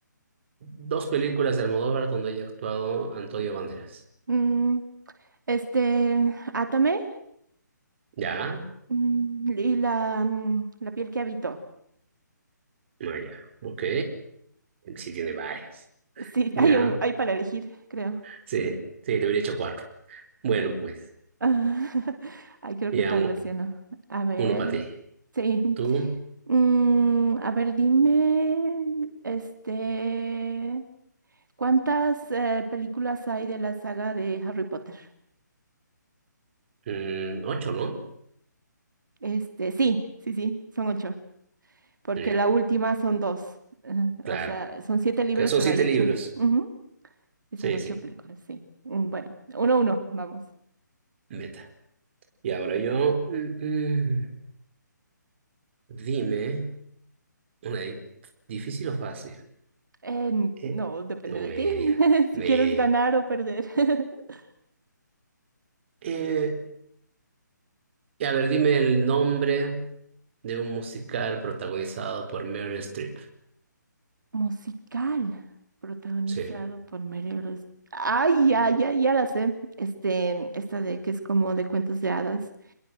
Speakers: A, on the right; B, on the right.
A: dos películas de Almodóvar donde haya actuado Antonio Banderas.
B: Mm, este, Átame
A: ¿Ya?
B: mm, y la, mm, la piel que habito.
A: No, ya. Ok. Sí tiene varias.
B: Sí,
A: ¿Ya?
B: hay un, hay para elegir, creo.
A: Sí, sí, te hubiera hecho cuatro. Bueno, pues.
B: <laughs> Ay, creo
A: Ya,
B: que tal
A: u-
B: vez sí, ¿no? A ver,
A: uno para ti.
B: sí.
A: Tú,
B: Mm, a ver, dime, este, ¿cuántas eh, películas hay de la saga de Harry Potter?
A: mm, ocho, ¿no?
B: Este, sí, sí, sí, son ocho, porque
A: Ya,
B: la última son dos. Ajá,
A: claro.
B: O sea, son siete libros,
A: Que son
B: pero
A: siete
B: hay ocho.
A: libros.
B: Ujú, Y son
A: Sí,
B: ocho
A: sí,
B: películas, sí. Mm, Bueno, uno a uno, vamos.
A: meta. Y ahora yo, mm, mm, dime, una di- difícil o fácil.
B: Eh,
A: Eh,
B: no, depende
A: o
B: de
A: media,
B: ti, <laughs>
A: media.
B: si quieres ganar o perder. <laughs>
A: Eh, y a ver, dime el nombre de un musical protagonizado por Meryl Streep.
B: Musical, protagonizado
A: Sí,
B: por Meryl Streep. Ay, ya, ya, ya la sé. Este, esta de que es como de cuentos de hadas.